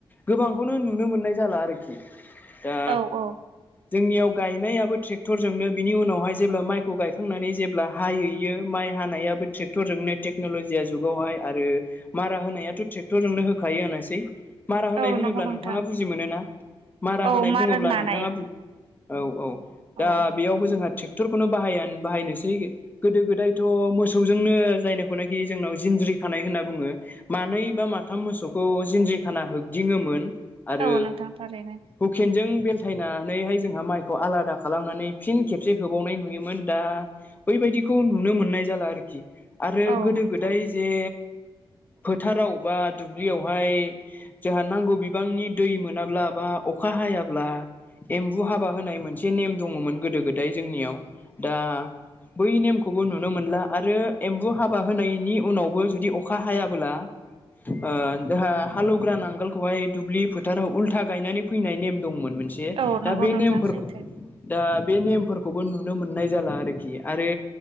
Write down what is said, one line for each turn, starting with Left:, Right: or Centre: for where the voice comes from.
Left: गोबांखौनो नुनो मोननाय जाला आरोखि। दा
Right: औ औ
Left: जोंनियाव गायनायाबो ट्रेक्टरजोंनो, बिनि उनावहाय जेब्ला माइखौ गायखांनानै जेब्ला हायैयो, माइ हानायाबो ट्रेक्टरजोंनो टेकन'लजिया जुगावहाय आरो मारा होनायाथ' ट्रेक्टरजोंनो होखायो होनोसै। मारा होनाय
Right: औ
Left: होनोब्ला
Right: नंगौ नोंथां
Left: नोंथाङा बुजि मोनो ना? मारा
Right: औ
Left: होनाय
Right: मार
Left: बुङोब्ला
Right: होननानै
Left: नोंथाङा बु औ औ। दा
Right: औ
Left: बेयावबो जोंहा ट्रेक्टरखौनो बाहायान बाहायनोसै। गोदो गोदायथ' मोस सौजोंनो जायनोखौनाखि जोंनाव जिनज्रि खानाय होनना बुङो। मानै बा माथाम मोसौखौ जिनज्रि खाना होगदिङोमोन आरो
Right: औ नोंथां थारैनो
Left: हुखेनजों बेलथायनानै हाय जोंहा माइखौ आलादा खालामनानै फिन खेबसे होबावनाय नुयोमोन, दा बै बायदिखौ नुनो मोननाय जाला आरोखि आरो
Right: औ
Left: गोदो
Right: नोंथां
Left: गोदाय जे
Right: <inaudible>
Left: फोथाराव बा दुब्लियावहाय जाहा नांगौ बिबांनि दै मोनाब्ला बा अखा हायाब्ला, एम्बु हाबा होनाय मोनसे नेम दङमोन गोदो गोदाय जोंनियाव। दा बै नेमखौबो नुनो मोनला। आरो एम्बु हाबा होनायनि उनावबो जुदि अखा हायाबोला ओ <unintelligible> हा हालौग्रा नांगोलखौहाय दुब्लि फोथाराव उल्था गायनानै फैनाय नेम दंमोन। मोनसे
Right: औ
Left: दा
Right: नंगौ
Left: बे
Right: नोंथां
Left: नेमफोरखौ
Right: सैथो
Left: दा बे नेमफोरखौबो नुनो मोननाय जाला आरोखि आरो